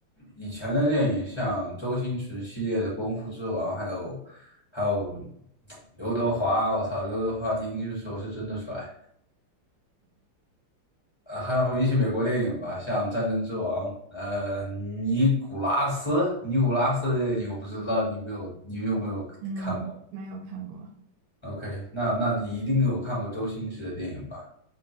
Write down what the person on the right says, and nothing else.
嗯，没有看过。